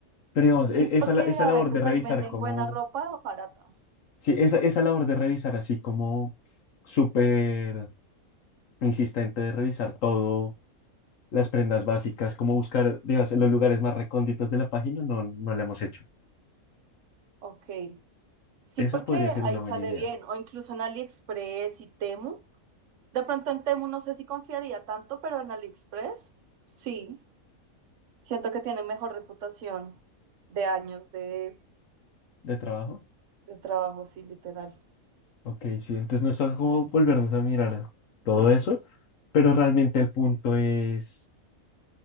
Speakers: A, on the left; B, on the right.
A: Pero digamos, e-
B: Sí,
A: esa,
B: porque
A: la- esa
B: a
A: labor
B: veces
A: de revisar
B: ahí venden
A: como
B: buena ropa barata.
A: Sí, esa, esa labor de revisar así como súper insistente de revisar todo, las prendas básicas, como buscar, digamos, en los lugares más recónditos de la página, no, no la hemos hecho.
B: Ok. Sí,
A: Esa
B: porque
A: podría ser
B: ahí
A: una buena
B: sale
A: idea
B: bien. O incluso en AliExpress y Temu. De pronto en Temu no sé si confiaría tanto, pero en AliExpress sí. Siento que tiene mejor reputación de años de,
A: de trabajo.
B: de trabajo, sí, literal.
A: Ok, sí, entonces nos toca como volvernos a mirar todo eso, pero realmente el punto es,